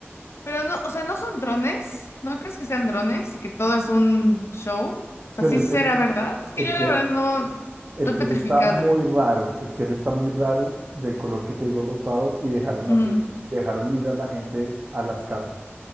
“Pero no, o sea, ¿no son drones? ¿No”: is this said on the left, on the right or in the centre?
Left